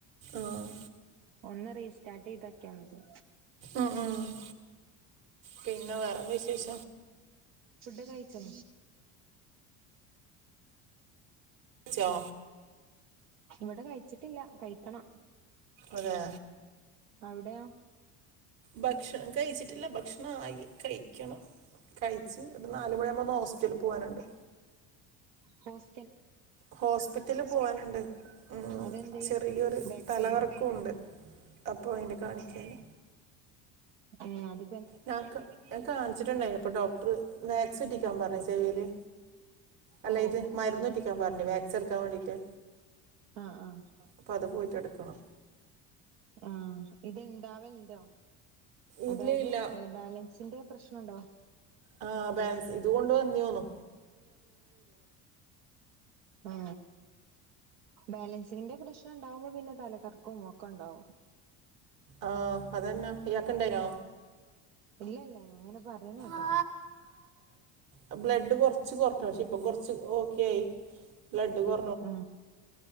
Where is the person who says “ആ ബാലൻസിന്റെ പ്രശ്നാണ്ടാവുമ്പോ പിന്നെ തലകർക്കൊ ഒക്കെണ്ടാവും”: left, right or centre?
Right